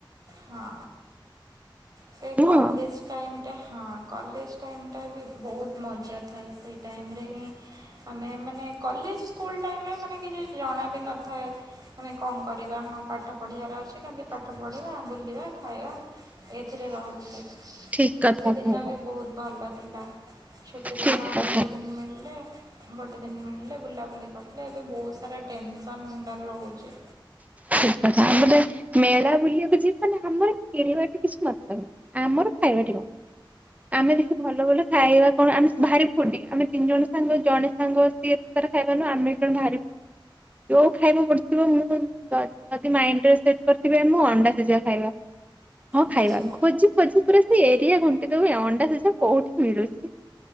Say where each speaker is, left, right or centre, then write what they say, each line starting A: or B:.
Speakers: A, on the right (about 45°); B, on the right (about 15°).
A: ହଁ। ସେ
B: ନୁହଁ
A: କଲେଜ ଟାଇମ୍ ହଁ କଲେଜ ଟାଇମ୍ ଟା ବି ବହୁତ ମଜା ଥାଏ ସେଇ ଟାଇମରେ ହି ଆମେ ମାନେ କଲେଜ ସ୍କୁଲ ଟାଇମ ରେ ମାନେ ଜଣ ଆବିନଥ ଏ ଆମେ କଣ କରିବା ହ ପାଠ ପଡିବା ରେ ଅ ଛି ଜଦି ପାଠ ପଡିବା। ବୁଲିବା ଖାଇବା ଏଥିରେ ରହୁଥିଲେ
B: ଠିକ କଥା
A: ସେଦିନ
B: କହିଲ
A: ବି ବହୁତ ଭଲ। ନ୍ଦ। ଛୋଟେ
B: ଠିକ
A: ଦିନ
B: କଥା
A: ଗୋଟେ ଦିନ ମିଳିଲେ ଗୋଟେ ଦିନ ମିଳିଲେ ବୁଲାବୁଲି କରିେ ଏବେ ବହୁତ ସାରା ଟେନସନ୍ ମୁଣ୍ଡରେ ରହୁଛି।
B: ଠିକ କଥା ଆମର ମେଳା ବୁଲିବାକୁ ଯିବଲେ ଆମର ଖେଳିବା ଟେ କିଛି ମତଲବ ନାହିଁ ଆମର ଖାଇବା ଟେ ମତ ଆମେ ଦେଖି ଭଲ ଭଲ ଖାଇବା କଣ ଆମ ଭାରି ଫୁଡି ଆମେ ତିନି ଜଣ ସାଙ୍ଗ ଜଣେ ସାଙ୍ଗ ସିଏ ଏତେ ତାର ଖାଇବା ନୁଁ ଆମେ ଜଣେ ଭାରି ଫୁଡି ଯୋଉ ଖାଇବାକୁ ପଡିୁଥିବ ମୁଁ ଯଦି ମାଇଣ୍ଡରେ ସେଟ୍ କରିଥିବେ ମୁ ଅଣ୍ଡା ସେଜ ଖାଇବା। ହଁ
A: ଆଚ୍ଛା
B: ଖାଇବା ଖୋଜି ଖୋଜି ପୁରା ସେ ଏରିଆ ଘୁଣ୍ଟି ଦୋବୁ ଏ ଅଣ୍ଡା ସିଜା କୋଉଠି ମିଳୁଚି।